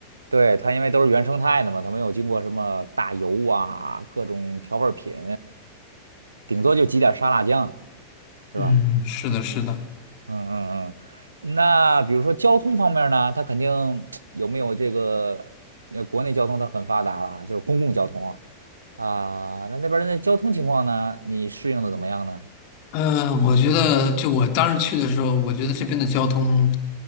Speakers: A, on the right (about 75°); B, on the left (about 45°).
A: 对，它因为都是原生态的嘛，它没有经过什么大油啊、各种调味儿品，顶多就挤点儿沙拉酱，是吧？
B: 嗯，是的，是的。
A: 嗯嗯嗯，那比如说交通方面呢，它肯定有没有这个，呃，国内交通它很发达了，就是公共交通啊，啊，那那边儿的交通情况呢，你适应的怎么样呢？
B: 呃，我觉得就我当时去的时候，我觉得这边的交通